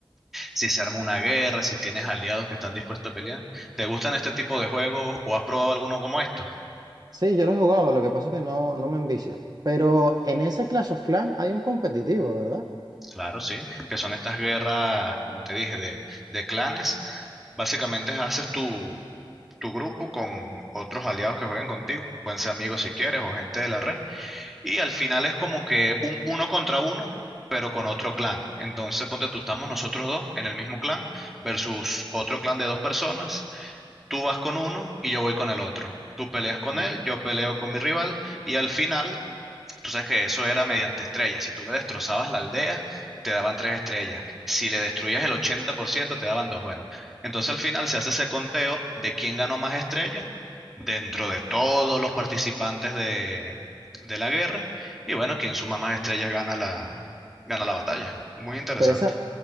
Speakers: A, in the centre; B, on the right.
A: si se arma una guerra, si tienes aliados que están dispuestos a pelear. ¿Te gustan este tipo de juegos o has probado alguno como estos?
B: Sí, yo lo he jugado, lo que pasa es que no, no me envicia. Pero en ese Clash of Clans hay un competitivo, ¿verdad?
A: Claro, sí, que son estas guerras, como te dije, de, de clanes. Básicamente haces tu, tu grupo con otros aliados que jueguen contigo, pueden ser amigos si quieres o gente de la red, y al final es como que un uno contra uno, pero con otro clan. Entonces, ponte tú, estamos nosotros dos en el mismo clan versus otro clan de dos personas Tú vas con uno y yo voy con el otro. Tú peleas con
B: Oh.
A: él, yo peleo con mi rival y al final, tú sabes que eso era mediante estrellas. Si tú le destrozabas la aldea, te daban tres estrellas. Si le destruías el 80%, te daban dos. Bueno, entonces al final se hace ese conteo de quién ganó más estrellas dentro de todos los participantes de, de la guerra. Y bueno, quien suma más estrellas gana la, gana la batalla. Muy interesante.
B: Pero, esa,